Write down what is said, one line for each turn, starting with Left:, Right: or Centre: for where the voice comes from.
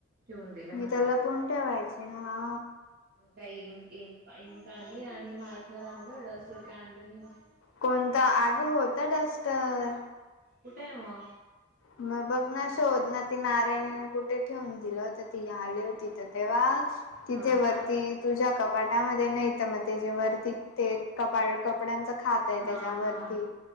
Right: ठेवून दिलं
Left: मी
Right: मग
Left: त्याला
Right: ते
Left: पण ठेवायचे हा.
Right: काय इ इंका आणली आणि मारतणार आनल डस्टर काही आणल नाही.
Left: कोणत आग होत डस्टर.
Right: कुठे आहे म.
Left: मग बघ ना शोध ना. त नारायणीने कुठे ठेऊून दिलं होत ती आली होती तर तेव्हाच. तिथे
Right: हा
Left: वरती
Right: का
Left: तुझ्या कपाटामध्ये नाही तर मग त जे वरती ते. कपाळ कपड्यांच खात आहे
Right: हा
Left: त्याच्यावरती
Right: हा